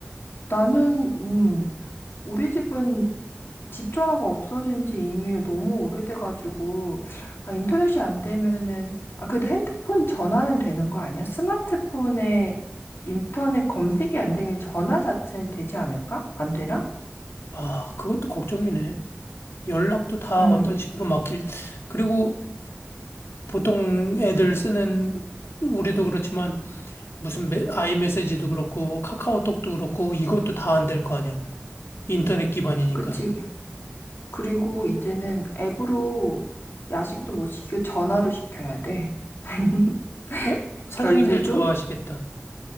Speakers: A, on the left (about 65°); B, on the left (about 80°).
A: 나는, 음, 우리 집은 집 전화가 없어진 지 이미 너무 오래돼가지고, 아, 인터넷이 안 되면은, 아, 그래도 핸드폰 전화는 되는 거 아니야? 스마트폰에 인터넷 검색이 안 되는 전화 자체는 되지 않을까? 안 되나?
B: 아, 그것도 걱정이네. 연락도 다
A: 응,
B: 어떤 식으로 막힐, 그리고 보통 애들 쓰는, 우리도 그렇지만 무슨 메, 아이메시지도 그렇고 카카오톡도 그렇고 이것도 다 안 될 거 아니야. 인터넷 기반이니까.
A: 그치. 그리고 이제는 앱으로 야식도 못 시키고 전화로 시켜야 돼. <laughs>
B: 어? 사장님들
A: 결제도
B: 좋아하시겠다.